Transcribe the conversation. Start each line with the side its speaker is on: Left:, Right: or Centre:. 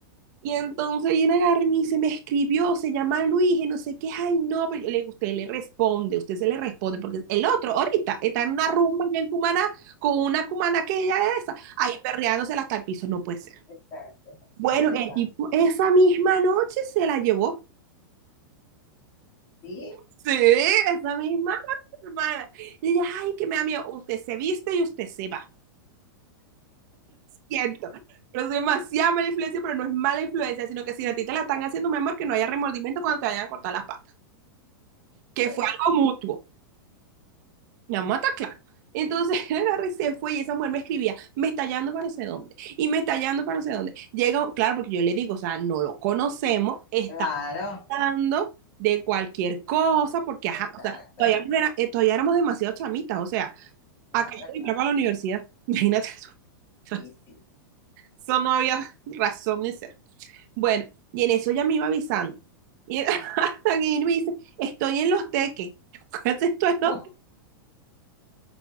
Right: Y entonces viene agarra y me dice, me escribió, se llama Luis y no sé qué, ay no, pero yo le digo, usted le responde, usted se le responde, porque el otro ahorita está en una rumba allá en Cumaná con una cumana que ella es esa, ahí perreándosela hasta el piso, no puede ser.
Left: exacto, haciendo
Right: Bueno,
Left: esa.
Right: el tipo esa misma noche se la llevó.
Left: Sí,
Right: Sí, esa misma noche, hermana. Y ella, ay, que me da miedo, usted se viste y usted se va. Siento, pero es demasiada mala influencia, pero no es mala influencia, sino que si a ti te la están haciendo, mi amor, que no haya remordimiento cuando te vayan a cortar las patas. que
Left: bueno,
Right: fue algo
Left: sí,
Right: mutuo. Vamos mata claro. Entonces <laughs> él agarra y se fue y esa mujer me escribía, me está hallando para no sé dónde, y me está hallando para no sé dónde. Llega, claro, porque yo le digo, o sea, no lo conocemos, está
Left: claro,
Right: hablando de cualquier cosa, porque ajá,
Left: exacto.
Right: o sea, todavía, no era- eh, todavía éramos demasiado chamitas, o sea,
Left: Claro,
Right: acá yo
Left: claro,
Right: entraba para la universidad, <laughs> imagínate eso. <laughs>
Left: sí, sí. <laughs>
Right: Eso no había razón de ser. Bueno, y en eso ya me iba avisando. Y <laughs> hasta que me dice, estoy en los teques. <laughs> Yo, ¿qué haces tú en los
Left: Oh,